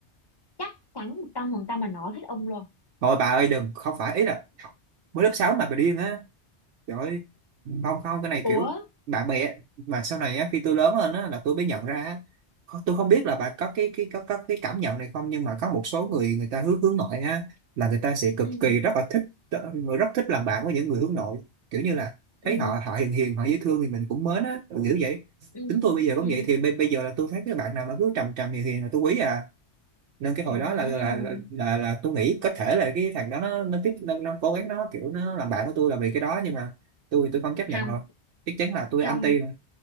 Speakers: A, on the left; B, on the right.
A: chắc chắn một trăm phần trăm mà nó thích ông luôn
B: thôi bà ơi đừng không phải ý là mới lớp 6 mà bà điên á Trời ơi, không không cái này
A: ủa
B: kiểu bạn bè á, mà sau này á, khi tôi lớn lên á, là tôi mới nhận ra á, kho- tôi không biết là bạn có cái cái có, có cái cảm nhận này không nhưng mà có một số người người ta hướng hướng nội á là người ta sẽ cực
A: ừ
B: kỳ rất là thích người rất thích làm bạn với những người hướng nội kiểu như là thấy
A: ừ
B: họ họ hiền hiền họ dễ thương thì mình cũng mến á kiểu vậy
A: ừ
B: tính tôi bây giờ cũng
A: ừ
B: vậy thì bây, bây giờ là tôi thấy cái bạn nào mà cứ trầm trầm hiền hiền là tôi quý à nên cái hồi
A: à
B: đó là là là là, là tôi nghĩ có thể là cái thằng đó nó nó tiếp nó, nó cố gắng nó kiểu nó làm bạn của tôi là vì cái đó nhưng mà tôi thì tôi không chấp nhận
A: không
B: rồi chắc chắn là tôi
A: không
B: anti rồi